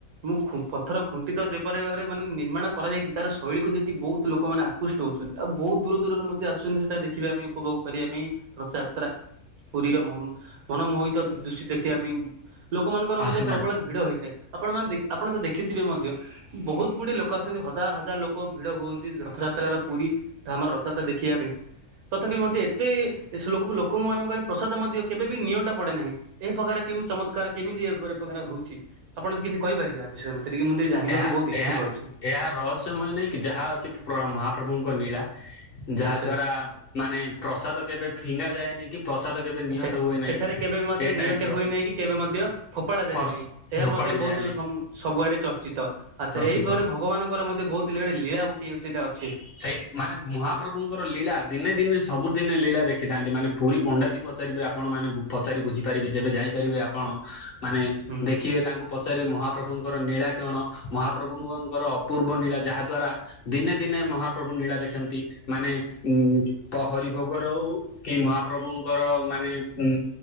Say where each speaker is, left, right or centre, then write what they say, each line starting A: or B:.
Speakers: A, on the right; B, on the left.
A: ମୁଁ ଖୁଁ ପଥର ଖୁଣ୍ଟିିତ ଯେପରି ଭାବରେ ମାନେ ନିର୍ମାଣ କରାଯାଇଚି। ତାର ଶୈଳୀକୁ ଦେଖି ବହୁତ ଲୋକମାନେ ଆକୃଷ୍ଟ ହଉଚନ୍ତି। ଆଉ ବହୁତ ଦୂର ଦୂର ଦୂରରୁ ମଧ୍ୟ ଆସୁଚନ୍ତି ସେଟା ଦେଖିବା ପାଇଁ ଉପଭୋଗ କରିବା ପାଇଁ ରଥଯାତ୍ରା। ପୁରୀର ମନ ମନମୋହିତ ଦୃଶ୍ୟ ଦେଖିବା ପାଇଁ ଲୋକମାନଙ୍କର
B: ଆସିଥାନ୍ତି
A: ମଧ୍ୟ ପ୍ରବଳ ଭିଡ଼ ହେଇଥାଏ। ଆପଣମାନେ ଦେଖ୍ ଆପଣ ତ ଦେଖିଥିବେ ମଧ୍ ଧ୍ୟ ବହୁତ ଗୁଡିଏ ଲୋକ ଆସନ୍ତି। ହଜାର ହଜାର ଲୋକ ଭିଡ ହୁଅନ୍ତି ରଥଯାତ୍ରାର ପୁରୀ ଧାମର ରଥଯାତ୍ରା ଦେଖିବା ପାଇଁ। ତଥାପି ମଧ୍ୟ ଏତେ ସେ ଲୋକ ଲୋକମାନଙ୍କ ପାଇଁ ପ୍ରସାଦ ମଧ୍ୟ କେବେ ବି ନିଅଣ୍ଟା ପଡେ ନାହିଁ। ଏହି ପ୍ରକାର କେ କେମିତି ଚମତ୍କାର କେମିତି ଏ ପରି ପକାର ହଉଚି। ଆପଣ କିଛି କହିପାରେ ଆ ବିଷୟରେ ମତେ ଟିକେ? ଟିକେ ଜାଣିବାକୁ
B: ଏହା
A: ବହୁତ ଇଚ୍ଛୁକ
B: ଏହା
A: ଅଛି
B: ଏହା ରହସ୍ୟମୟ ନାଇଁ କି ଯାହା ଅଛି ପ୍ର ମହାପ୍ରଭୁଙ୍କ ନୀଳା। ଯାହା
A: ଆଚ୍ଛା
B: ଦ୍ଵାରା ମାନେ ପ୍ରସାଦ କେବେ ଫିଙ୍ଗା ଯାଏନି। କି ପ୍ରସାଦ କେବେ ନିଅଣ୍ଟ
A: ଆଚ୍ଛା
B: ହୁଏ ନାହିଁ।
A: ସେଠାରେ କେବେ ବି ମଧ୍ୟ
B: ଏ ଟାଇପ
A: ନିଅଣ୍ଟେ
B: ର
A: ହୁଏ ନାହିଁ କି କେବେ ମଧ୍ୟ ଫୋପାଡା ଯାଏ
B: ଫୋପାଡି
A: ନାହିଁ। ଏହା ମଧ୍ୟ ବହୁତ
B: ଯାଏ ନାହିଁ
A: ସମ ସବୁ ଆଡେ ଚର୍ଚ୍ଚ ଚିତ ଆଚ୍ଛା
B: ରଚିତ।
A: ଏହି ପାବରେ ଭଗବାନଙ୍କର ମଧ୍ୟ ବହୁତ ଲୁଳେ ଲୀଳା ଗୋଟିଏ ସେଇଟା ଅ
B: ସେଇମାନେ ମହାପ୍ରଭୁଙ୍କର ଲୀଳା ଦିନେ ଦିନେ ସ୍ ସବୁଦିନେ ଲୀଳା ଦେଖିଥାନ୍ତି। ମାନେ ପୁରୀ ପଣ୍ଡା ବି ପଚାରିବେ ଆପଣମାନେ କୁ ପଚାରି ବୁଝିପାରିବେ ଯେବେ ଯାଇପାରିବେ ଆପଣ। ହଁ ମାନେ
A: ହୁଁ
B: ଦେଖିବେ ତାଙ୍କୁ ପଚାରିବେ ମହା ପ୍ରଭୁଙ୍କର ନୀଳା କଣ। ମହାପ୍ରଭୁଙ୍କର ଅପୂର୍ବ ନୀଳା ଯାହା ଦ୍ଵାରା ଦିନେ ଦିନେ ମ ମହାପ୍ରଭୁ ନୀଳା ଦେଖନ୍ତି ମାନେ ଉଁ ପ୍ରହରି ଭୋଗ ରଉ କି ମହାପ୍ରଭୁଙ୍କର ମାନେ ଉଁ